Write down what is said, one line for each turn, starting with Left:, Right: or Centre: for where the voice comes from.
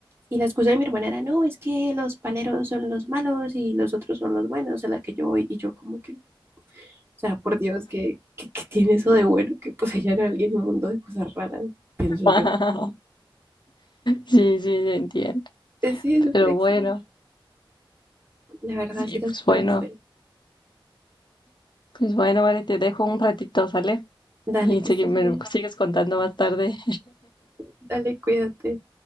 Right: Y la excusa de mi hermana era, no, es que los paleros son los malos y los otros son los buenos, a la que yo voy. Y yo como que o sea, por Dios, que tiene eso de bueno que poseyan a alguien en un mundo de cosas raras? Pienso
Left: <laughs>
Right: yo.
Left: Sí, sí, te entiendo.
Right: Eh, Sí, es súper
Left: Pero
Right: extraño.
Left: bueno,
Right: La verdad,
Left: sí,
Right: sí era
Left: pues
Right: súper
Left: bueno,
Right: extraño.
Left: pues bueno, vale, te dejo un ratito, ¿sale?
Right: Dale,
Left: Y
Right: que
Left: segui-
Right: estés
Left: me
Right: bien.
Left: sigues contando más tarde.
Right: Dale, cuídate.